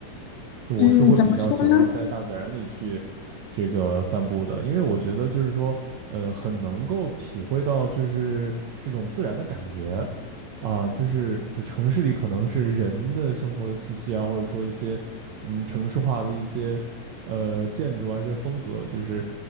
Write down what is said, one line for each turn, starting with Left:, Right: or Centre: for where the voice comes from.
Right: 就我是会比较喜欢在大自然里去
Left: 嗯，怎么说呢？
Right: 这个散步的，因为我觉得就是说，呃，很能够体会到就是这种自然的感觉啊，就是就城市里可能是人的生活的气息啊，或者说一些嗯城市化的一些呃建筑啊一些风格，就是